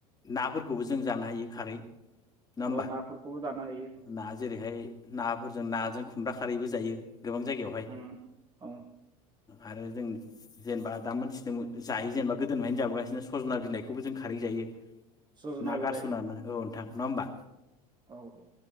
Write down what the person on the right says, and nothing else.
औ नाफोरखौबो जानो हायो
उम औ
सजना
बिलाइ
औ